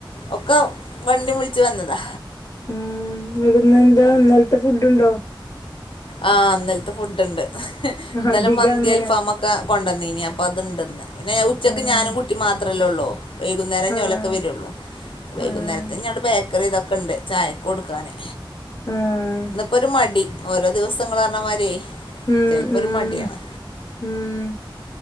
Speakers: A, on the left; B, on the left.
A: ഒക്കെ വണ്ടീം വിളിച്ചു വന്നതാ
B: ഉം ഇവിട്ന്ന് എന്താ ഇന്നൽത്തെ ഫുഡ്ണ്ടോ
A: ആഹ് ഇന്നൽത്തെ ഫുഡുണ്ട് ഇന്നലെ
B: അധികം
A: മന്തി
B: അങ്ങനെ
A: അൽഫാമൊക് ക്ക കൊണ്ടന്നേനി അപ്പൊ അത്ണ്ടന്ന് പിന്നെ ഉച്ചക്ക്
B: ഉം
A: ഞാനും കുട്ടീം മാത്രല്ലേ ഉള്ളൂ വൈകുന്നേരം ഇഞ്ഞോലൊക്കെ
B: ആഹ്
A: വരുള്ളൂ വൈകുന്നേരത്ത്
B: ആഹ്
A: ഞങ്ങളുടെ ബേക്കറി ഇതൊക് ക്കൊണ്ട് ചായക്ക് കൊടുക്കാനേ
B: ആഹ്
A: ഇന്നപ്പോ ഒരു മടി ഓരോ ദിവസങ്ങള് പറഞ്ഞമാര്യേ
B: ഉം
A: ചെലപ്പൊരു
B: ഉം
A: മടിയാണ്
B: ഉം